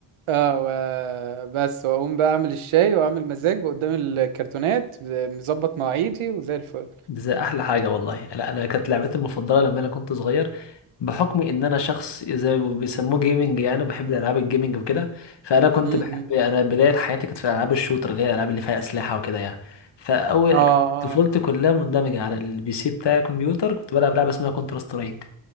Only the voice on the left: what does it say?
دي احلى حاجه والله لا انا كانت لعبتي المفضله لما انا كنت صغير بحكم ان انا شخص زي ما بيسموه جيمنج يعني وبحب الالعاب الجيمنج وكده فانا كنت
بحب انا بدايه حياتي كانت في العاب الشوتر اللي هي الالعاب اللي فيها اسلحه وكده يعني فاول
طفولتي كلها مندمجه على البي سي بتاع الكمبيوتر كنت بلعب لعبه اسمها كونتر سترايك